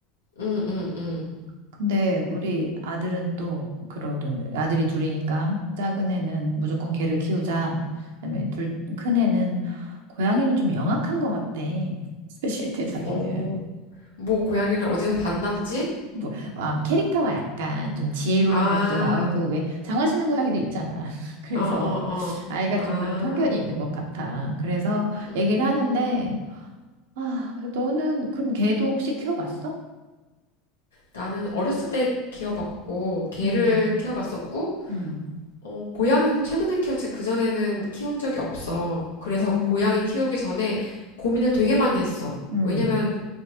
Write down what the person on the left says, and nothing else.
응, 응, 응.
어, 뭐 고양이를 어디서 봤나 보지?
아,
어, 어, 어.
아,
음,
나는 어렸을 때 키워봤고 개를
키워봤었고.
어, 고양이는 최근에 키웠지 그전에는 키운 적이 없어. 그래서
고양이 키우기 전에 고민을 되게 많이 했어.
왜냐면,